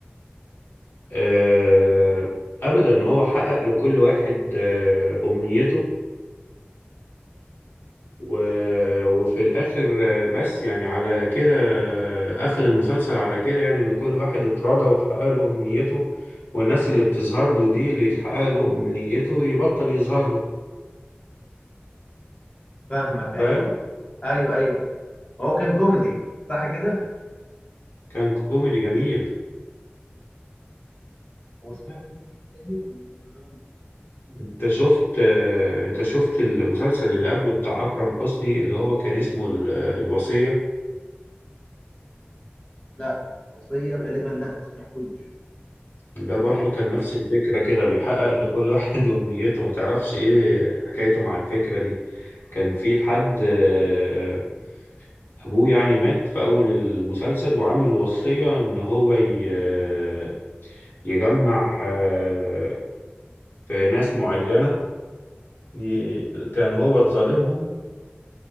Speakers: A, on the left; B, on the left.
A: آه ابدا هو حقق لكل واحد آه امنيته و... وفي الاخر آه، بس يعني على كده آه، قفل المسلسل على كده يعني ان كل واحد اتراضى واتحقق له امنيته والناس اللي بتظهر له دي اللي يتحقق له امنيته يبطل يظهر له
B: فاهمك ايوه
A: فاهم
B: ايوه ايوه هو كان كوميدي صح كده
A: كان كوميدي جميل
B: هو سمعت انت حاجه تاني ولا هم دول
A: انت شفت آه، انت شفت المسلسل اللي قبله بتاع اكرم حسني اللي هو كان اسمه ال- الوصية
B: لا وصيه غالبا لا ما سمعتوش
A: ده
B: ده
A: برضو
B: بيحكي
A: كان
B: عن ايه
A: نفس الفكرة كده بيحقق لكل واحد <laughs> وبنيته ما تعرفش ايه حكايته مع الفكرة دي كان في حد آه، ابوه يعني مات في اول المسلسل وعامل وصية ان هو ي- آه، يجمع آه، في ناس معينة ي- كان هو ظالمهم